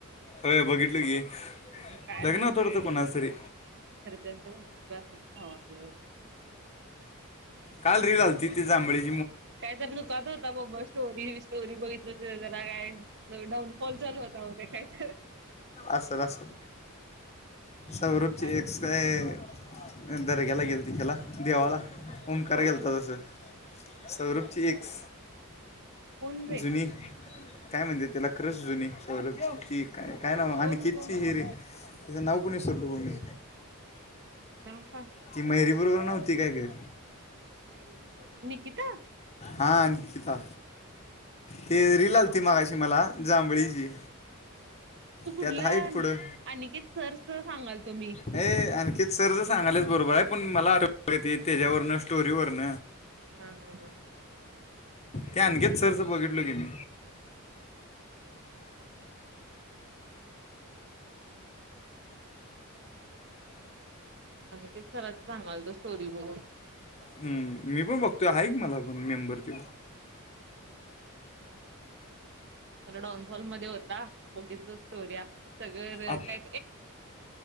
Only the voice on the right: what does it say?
काय नाचलय
घरच्यांच <unintelligible> म्हणा भावाबिवाच.
<unintelligible> होता मग स्टोरी स्टोरी बघितलं हो त जला काय- डाउनफॉल चालू होता होते काय तर?
सांगाल
कोण
कोण रे
कोण कोण
नाव सांग
मयू निकिता
तू कुठलं
अनिकेत सर स सांगाल तुम्ही
हम हम् हम
आणख सरच सांगाल तो स्टोरी बघ
डाऊन हॉल मध्ये होता बघितलं स्टोरया सगळं
काय